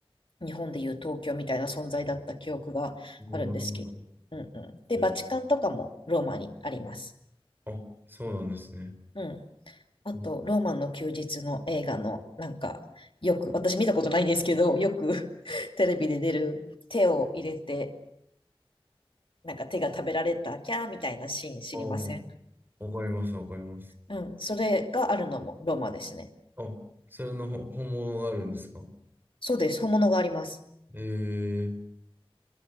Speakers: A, on the left; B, on the right.
A: 日本でいう東京みたいな存在だった記憶があるんですけど。
B: うんなるほど。
A: うんうん。で、
B: えー
A: バチカンとかもローマにあります。
B: あ、そうなんですね。
A: うん。あと、
B: うん
A: ローマの休日の映画の、なんか、よく、私見たことないんですけど、よく <laughs> テレビで出る手を入れて、なんか手が食べられた、キャーみたいなシーン知りません
B: ああ、わかります、わかります。
A: うん。それがあるのもロマですね。
B: あ、それのほ本物があるんですか
A: そうです。本物があります。
B: えー、